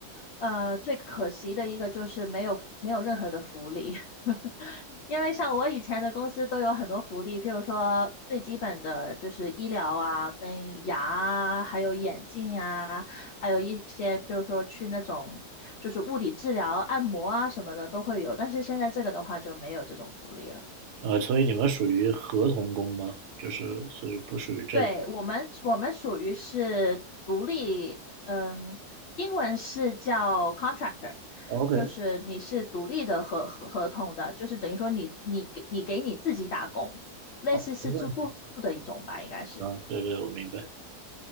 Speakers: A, on the left; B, on the right.
A: 呃，最可惜的一个就是没有没有任何的福利，<laughs> 因为像我以前的公司都有很多福利，譬如说最基本的就是医疗啊、跟牙啊，还有眼镜啊，还有一些譬如说去那种就是物理治疗、按摩啊什么的都会有，但是现在这个的话就没有这种福利了。
B: 呃，所以你们属于合同工吗？就是所以不属于正
A: 对，我们，我们属于是独立，嗯，英文是叫 contractor，
B: 哦，OK，
A: 就是你是独立的合合合同的，就是等于说你你给你给你自己打工，类似是自雇的一种吧，
B: 好，没问题
A: 应该是。
B: 啊，对对，我明白，